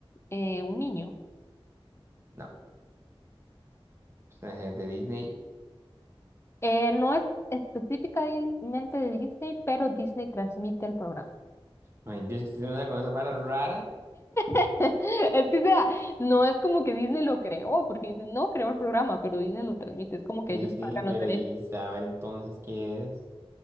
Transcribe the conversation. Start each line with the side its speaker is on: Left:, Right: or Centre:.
Left: eh, un niño.
Right: No. ¿Personajes de Disney?
Left: Eh, no es específicamente de Disney, pero Disney transmite el programa.
Right: No empiezo a hacer una cosa para rara.
Left: <laughs> Es que, o sea, no es como que Disney lo creó, porque Disney no creó el programa, pero Disney lo transmite. Es como que
Right: Sí,
Left: ellos
Right: sí,
Left: pagan
Right: pero
Left: los derechos.
Right: y saber entonces qué es.